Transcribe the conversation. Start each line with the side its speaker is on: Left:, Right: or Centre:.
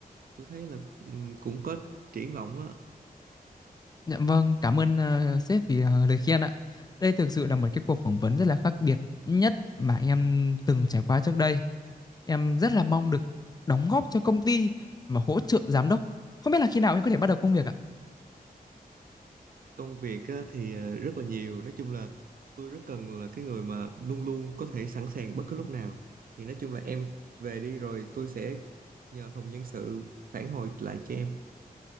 Right: tôi thấy là ừm, cũng có triển vọng á.
Left: Dạ vâng, cảm ơn ờ, sếp vì ờ, lời khen ạ. Đây thực sự là một cái cuộc phỏng vấn rất là khác biệt nhất mà em từng trải qua trước đây. Em rất là mong được đóng góp cho công ty và hỗ trợ giám đốc. Không biết là khi nào em có thể bắt đầu công việc ạ?
Right: Công việc á, thì ờ, rất là nhiều. Nói chung là tôi rất cần là cái người mà luôn luôn có thể sẵn sàng bất cứ lúc nào. Thì nói chung là em về đi rồi tôi sẽ nhờ phòng nhân sự phản hồi lại cho em.